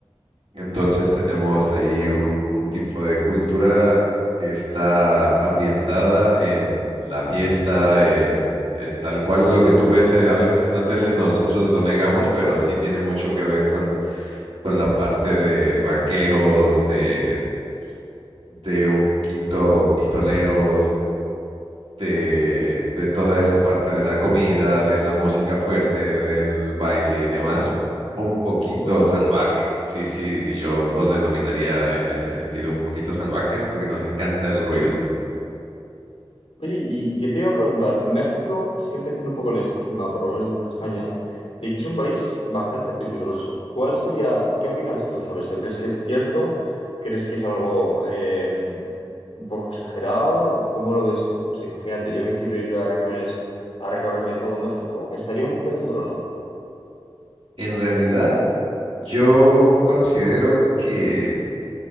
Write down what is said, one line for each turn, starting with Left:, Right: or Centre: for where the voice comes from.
Right: Entonces tenemos ahí un, un tipo de cultura que está ambientada en la fiesta, en, en tal cual lo que tú ves eh, a veces en la tele, nosotros lo negamos, pero sí tiene mucho que ver con la parte de vaqueros, de, de un poquito pistoleros, de, de toda esa parte de la comida, de la música fuerte, del baile y demás, un poquito
Left: Ujú,
Right: salvaje. Sí, sí, yo nos denominaría en ese sentido un poquito salvajes porque nos encanta el
Left: sí.
Right: ruido.
Left: Oye, y, y que te iba a preguntar, México siempre tiene un poco el estigma, por lo menos desde España, de que es un país bastante peligroso. ¿Cuál sería, qué opinas tú sobre esto? ¿Crees que es cierto? ¿Crees que es algo eh, un poco exagerado? ¿Cómo lo ves tú? O sea, imagínate, yo me quiero ir de vacaciones a recorrerme todo México, estaría un peligro, ¿no?
Right: En realidad, yo considero que